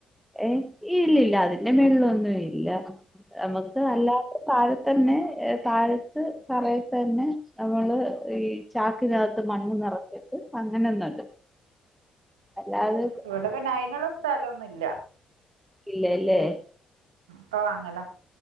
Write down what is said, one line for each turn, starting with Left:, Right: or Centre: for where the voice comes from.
Centre: ഏഹ് ഇല്ലില്ല അതിന്റെ മെള്ള്ലോന്നും ഇല്ല നമ്മക്ക് അല്ലാതെ താഴെത്തന്നെ താഴത്ത് തറയത്ത് തന്നെ നമ്മള് ഈ ചാക്കിനകത്ത് മണ്ണ് നറച്ച്ട്ട് അങ്ങനേനടും അല്ലാതേ
Right: ഇവ്ടെ പിന്നെ അയ്നുള്ള സ്ഥലോന്നുല്ല
Centre: ഇല്ലല്ലേ
Right: ക്ക വാങ്ങല